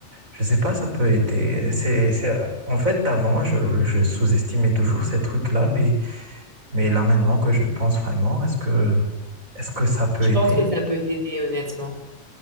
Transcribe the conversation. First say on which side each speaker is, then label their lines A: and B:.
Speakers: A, on the right; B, on the right.
A: je sais pas, ça peut aider. C'est, c'est, euh, en fait, avant, je, je sous-estimais toujours ces trucs-là, mais, mais là maintenant que je pense vraiment, est-ce que, est-ce que ça peut
B: Je pense
A: aider?
B: que ça peut t'aider, honnêtement.